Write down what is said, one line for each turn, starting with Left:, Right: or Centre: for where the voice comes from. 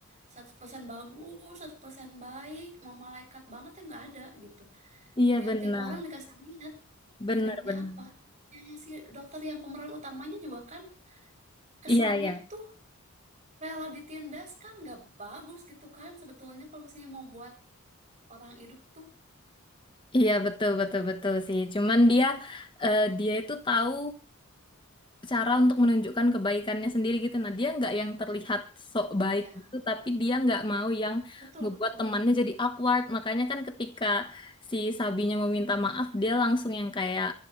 Right: 100% bagus, 100% baik, malaikat banget ya nggak ada gitu.
Left: Iya
Right: Tiap-tiap
Left: benar,
Right: orang dikasih lihat
Left: benar
Right: ininya
Left: benar.
Right: apa. Ya, si dokter yang pemeran utamanya juga kan kesannya
Left: Iya ya,
Right: tuh rela ditindas kan nggak bagus gitu kan sebetulnya kalau misalnya mau buat orang hidup tuh
Left: iya betul betul betul sih. Cuman dia eh, dia itu tahu cara untuk menunjukkan kebaikannya sendiri gitu. Nah, dia nggak yang terlihat sok baik
Right: ya
Left: gitu, tapi dia nggak mau yang
Right: betul
Left: ngebuat
Right: betul
Left: temannya jadi awkward. Makanya kan ketika si Sabinya meminta maaf, dia langsung yang kayak